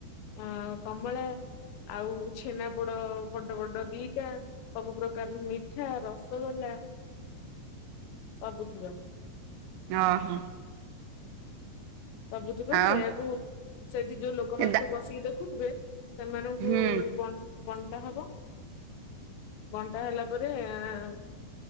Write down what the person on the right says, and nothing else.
ଓ ହଁ।
ଆଉ
ଏଦା
ହୁଁ